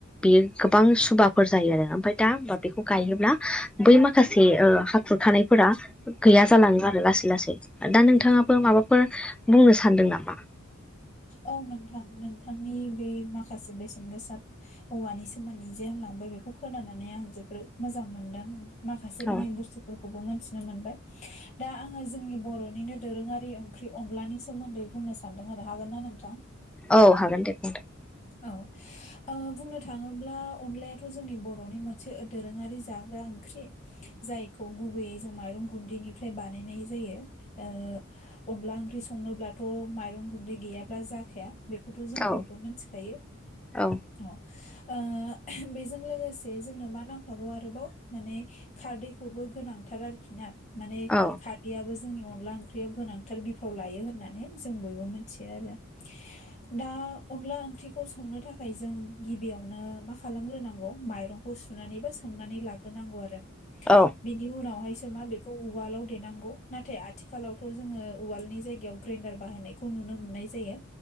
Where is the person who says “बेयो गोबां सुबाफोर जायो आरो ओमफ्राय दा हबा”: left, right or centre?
Centre